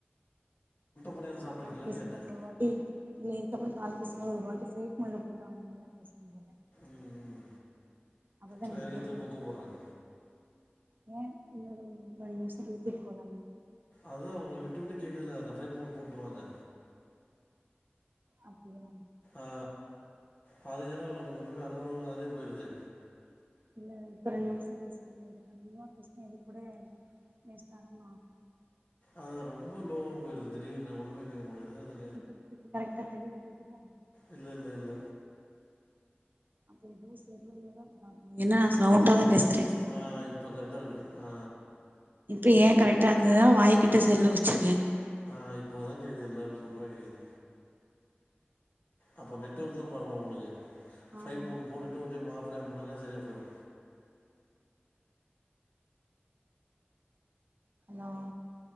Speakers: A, on the right (about 50°); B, on the left (about 45°).
A: இதுக்க
B: பணியாரம் சாப்பிட்ருக்கீங்களான்னு
A: கால் பேசும்
B: கேட்டேன்
A: போது வருவா எ இல்ல இதுக்கப்புற கால் பேசும்போது ஒரு வாட்டி ஃபிலெட் மோட்ல போட்டு ஆன் பண்ணிதா பேசும் போது
B: ம் ம்
A: அப்பதா
B: சரிங்க
A: எனக்கு கேக்கு
B: திரும்ப கூப்பிட்றேன்
A: ஏ இன்னொரு ரெண்டு நிமிஷோ பேசிட்டு போலாமே
B: அதா உங்களுக்கு விட்டு விட்டு கேக்குதுல அந்த ஃப்ளைட் மோடு போட்டு வாங்க
A: அப்டியா
B: ஆ பாதி நேர ஒண்னுமே அளவு அளவு அதயே போயிருது
A: இல்ல இப்ப ரெண்டு நிமிஷ பேசாமுடியாது கண்டிப்பா பேசினா இது கூட வேஸ்ட் ஆகு
B: அது ரொம்ப லோவா போயிருது திடீர்னு ஒன்னுமே கேக்க முடியுது அதா
A: இப்ப இப்ப கரெக்டா தெளிவா கேக்குதா
B: இல்ல இல்ல இல்ல
A: அப்ப எதோ செல்லுல தா ப்ராப்லம் என்னா நா
B: ம்
A: சாவுண்டா தா பேசுற
B: ஆ இப்போ கரெக்டா இருக்கு ஆ
A: இப்ப ஏ கரெக்டா இருந்ததுனா வாய்கிட்ட செல்ல வச்சிருவெ
B: ஆ இப்போ தா கேக்குது எல்லாம சூப்பர கேக்குது அப்போ நெட்ஒர்க்
A: ஓகே
B: தான் ப்ராப்ளம் உங்களுக்கு ஃப்ளைட்
A: ஆமா
B: மூட் போட்டு ஒரு டைம் ஆஃப் பண்ணி ஆன் பண்ணாங்க சரியாக போயிறு
A: ஹலோ